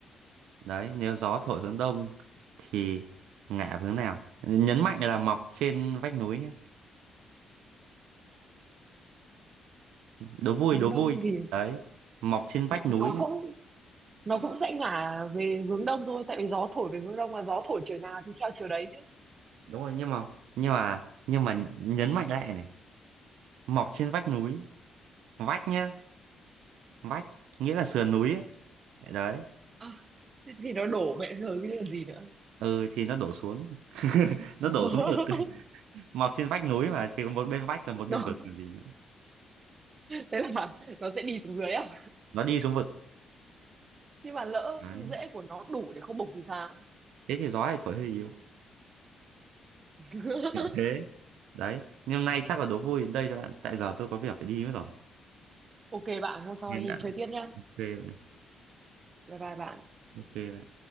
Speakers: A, on the right; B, on the right.
A: đấy nếu gió thổi hướng đông thì ngả về hướng nào nhấn mạnh là mọc trên vách núi nhé, đố vui
B: hướng
A: đố
B: đông
A: vui
B: thì
A: đấy mọc trên vách
B: nó
A: núi nhé
B: cũng nó cũng sẽ ngả về hướng đông thôi tại vì gió thổi về hướng đông mà gió thổi chiều nào thì theo chiều đấy chứ
A: đúng rồi nhưng mà nhưng mà nhưng mà nhấn mạnh lại này mọc trên vách núi vách nhá vách nghĩa là sườn núi ấy. đấy
B: Ờ, thế thì nó đổ mẹ rồi chứ còn gì nữa
A: ừ thì nó đổ xuống <laughs> nó
B: <laughs>
A: đổ xuống vực <laughs> mọc trên vách núi mà thì có một bên vách là một bên
B: nó
A: vực còn gì nữa
B: thế là nó sẽ đi xuống dưới à
A: nó đi xuống vực
B: nhưng mà lỡ
A: đấy
B: rễ của nó đủ để không bục thì sao
A: thế thì gió lại thổi hơi yếu
B: <laughs>
A: kiểu thế đấy nhưng hôm nay chắc là đố vui đến đây cho bạn tại giờ tôi có việc phải đi mất rồi
B: ok bạn hôm sau
A: hẹn
B: anh
A: bạn
B: chơi tiếp nhá
A: bạn ạ
B: bye bye bạn
A: ok bạn